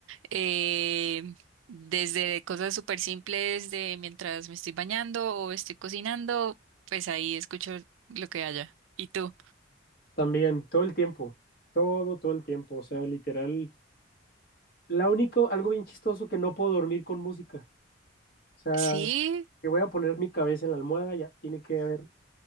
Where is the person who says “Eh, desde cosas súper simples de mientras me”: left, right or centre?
Right